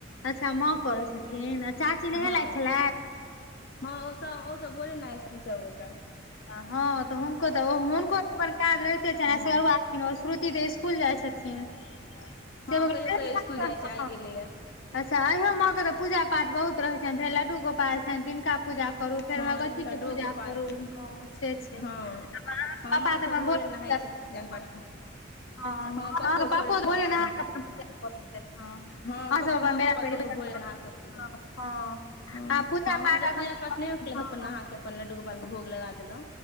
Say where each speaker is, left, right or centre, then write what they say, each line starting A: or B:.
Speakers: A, on the left; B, on the left.
A: अच्छा माँ करै छथिन आ चाची नेहेलैथ
B: हँ
A: खेलैथ?
B: हँ ओ सब ओ सब भोरे नहाय छथिन सब गोटा।
A: हँ तऽ हुनको तऽ हुनको तऽ अपन काज रहिते छैन
B: हँ
A: सेहो- <unintelligible> श्रुति तऽ स्कूल जाय छथिन?
B: हँ
A: से
B: कहियो- कहियो स्कूल जाय छैय आय गेलैया।
A: अच्छा अयो माॅं के तऽ पूजा पाठ बहुत रहेै छैन फेर लड्डूगोपाल छैन तिनका पूजा। करू फेर
B: हँ
A: भगवती
B: लड्डुओ
A: के पूजा
B: गोपाल
A: करू।
B: के
A: हँ से छै
B: हँ
A: आहाँ
B: हमा
A: पापा तऽ
B: सब
A: अपन भोरे
B: नहाय
A: पूजा।
B: छै
A: <unintelligible>
B: <unintelligible>
A: हँ आहाॅं
B: पप्पो
A: के पापो तऽ
B: करै
A: भोरे
B: छथिन
A: नहा के अपन पूजा करै छैथ हँ आहाॅं
B: हँ पप्पो
A: सब अपन
B: माँ
A: बेरा
B: पप्पा
A: बेरी
B: दुनू
A: पूजा करैत।
B: भोरे नहा कऽ पूजा
A: हँ हँ।
B: हँ
A: आ पूजा
B: हँ
A: पाठ
B: हमसब
A: एखन
B: पूजा पाठ नहि केलौ
A: हँ
B: तऽ अपन नहाके अपन लड्डू गोपाल के भोग लगा देलौ।